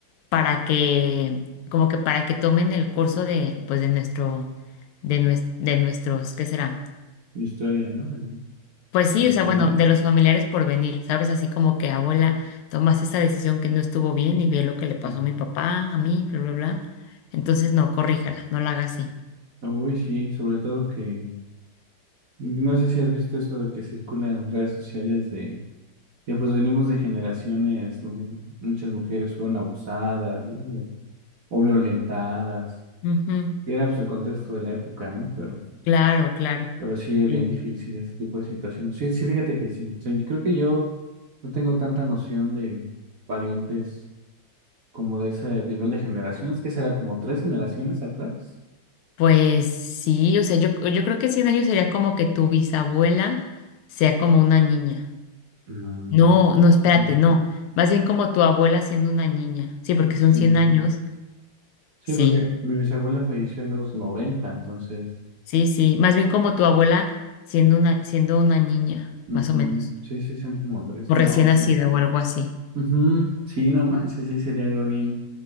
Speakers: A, on the left; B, on the right.
A: para que, como que para que tomen el curso de, pues, de nuestro, de, nues- de nuestros, ¿qué será?
B: Historia, ¿no? De
A: Pues sí,
B: la
A: o
B: familia.
A: sea, bueno, de los familiares por venir, ¿sabes? Así como que abuela, tomaste esta decisión que no estuvo bien y ve lo que le pasó
B: Sí.
A: a mi papá, a mí, bla, bla, bla. Entonces, no, corríjala, no la haga así.
B: Uy, sí, sobre todo que, no sé si has visto eso de que circula en redes sociales de Ya pues venimos de generaciones donde muchas mujeres fueron abusadas, ¿no? O, violentadas,
A: Ujú,
B: que era pues el contexto de la época, ¿no? Pero,
A: Claro, claro.
B: pero sí es
A: Sí.
B: bien difícil ese tipo de situaciones. Sí, sí, fíjate que sí. O sea, yo creo que yo no tengo tanta noción de parientes como de ese nivel de generaciones, que será como tres generaciones atrás.
A: Pues sí, o sea, yo, yo creo que 100 años sería como que tu bisabuela sea como una niña.
B: Ah,
A: No, no, espérate,
B: ujú,
A: no. Más bien como tu abuela siendo una niña. Sí, porque
B: Sí,
A: son 100 años.
B: sí,
A: Sí,
B: porque mi bisabuela falleció en los 90 entonces,
A: sí, sí. Más bien como tu abuela siendo una, siendo una niña,
B: ujú,
A: más o menos.
B: Sí, sí, son como tres.
A: O
B: No,
A: recién nacida
B: sí.
A: o algo así.
B: Ujú, Sí, no manches, sí sería algo bien,